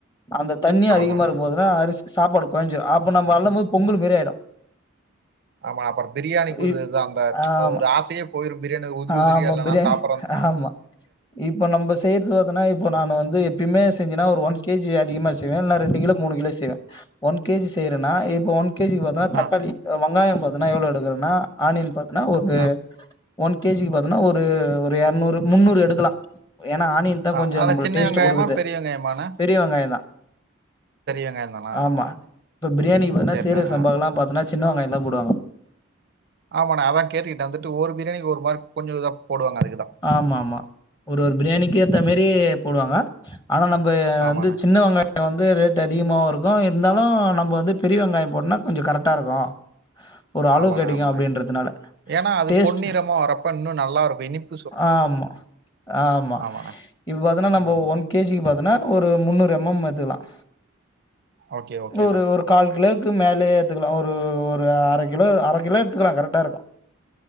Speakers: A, on the left; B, on the right.
A: அந்த தண்ணி அதிகமா
B: ஆமாண்ணே
A: இருக்குபோது இப்பதா அரிசி சாப்பாடு கொலஞ்சிடும் அப்ப நம்ம அள்ளும் போது பொங்கல் மாரி ஆயிடு
B: ஆமா அப்பறோ பிரியாணிக்கு உதிது
A: இப்
B: அந்த
A: ஆமா,
B: ஒரு ஆசையே போயிடும் பிரியாணி உதிரி உதிரி
A: ஆமா.
B: இல்லன்னா
A: பிரியாணி
B: சாப்
A: ஆமா இப்ப நம்ம செய்றது பாத்தனா இப்போ நானு வந்து எப்பயுமே செஞ்சன்னா ஒரு ஒன் கே ஜி அதிகமா செய்வே இல்ல ரெண்டு கிலோ மூணு கிலோ செய்வே ஒன் கே ஜி செய்றேனா இப்ப ஒன் கே ஜி வ தக்காளி
B: ஆ
A: வங்காயோ பாத்தன்னா எவ்ளோ எடுக்கறனா ஆனியன் பாத்தன்னா ஒரு
B: ஆ
A: ஒன் கே ஜி க்கு பாத்தன்னா ஒரு ஒரு எரநூறு முன்னூறு எடுக்கலா ஏனா ஆனியன் தா
B: ஆ
A: கொஞ்சோ
B: ஆனா
A: நம்மளுக்கு
B: சின்ன
A: டேஸ்ட்
B: வெங்காயமா
A: குடுக்குறது
B: பெரிய வெங்காய மாண்ணே
A: பெரிய வெங்காயந் தா
B: வெங்காயம் தானா
A: ஆமா இப்ப ப்ரியாணிக்கு பாத்தன்னா
B: சரிண்ணே
A: சீரகசம்பாக்கு
B: ஆ
A: எல்லா பாத்தன்னா சின்ன வெங்காயோந்தா போடுவாங்க
B: ஆமாண்ணே அதான் கேட்டுட்டே வந்துட்டு ஒரு ப்ரியாணிக்கு ஒரு மாரி கொஞ்சோ இதாக போடுவாங்க அது க்குதான்
A: ஆமாம்மா ஒரு ஒரு பிரியாணிக்கு ஏத்த மாரி போடுவாங்க ஆனா நம்ப
B: ஆமாண்ணே
A: வந்து சின்ன வெங்காயோ ஆனா வந்து ரேட் அதிகமாகவும் ருக்கும் ருந்தாலும் நம்ம வந்து பெரிய வெங்காயோ போட்டனா கொஞ்சோ கரெக்டாருக்கும் ஒரு அளவு
B: ஆமாண்ணே
A: கிடிக்கும்
B: ஆமாண்ணே
A: அப்டின்றதுனால
B: ஏன்னா அது
A: டேஸ்ட்
B: பொன்னிறமா வரப்ப இன்னும் நல்லாருக்கும் இனிப்
A: ஆம்மா ஆம்மா
B: ஆமாண்ணே
A: இப்ப பாத்தீன்னா நம்ம
B: ம்
A: ஒன் கே ஜிக்கு பாத்தன்னா ஒரு முன்னூறு எம் எம் எடுத்துக்கலாம்
B: ஓகே ஓகேண்ணே
A: ஒரு ஒரு கால் கிலோவுக்கு மேலே எடுத்துக்கலாம் ஒரு ஒரு அர கிலோ அர கிலோ எடுத்துக்கலாம் கரெக்டாருக்கும்